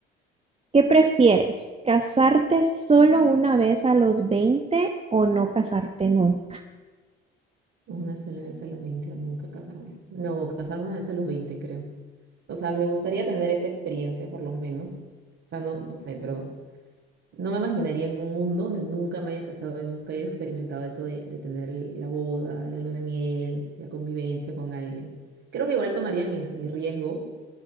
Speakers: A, on the right; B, on the right.
A: ¿qué prefieres? ¿Casarte solo una vez a los 20 o no casarte nunca?
B: Una sola vez a los 20 o nunca casarme. No, casarme una vez a los 20 creo. O sea, me gustaría tener esa experiencia, por lo menos. O sea, no, no sé, pero no me imaginaría en un mundo donde nunca me haya casado y nunca haya experimentado eso de, de tener la boda, la luna de miel, la convivencia con alguien. Creo que igual tomaría mi, mi riesgo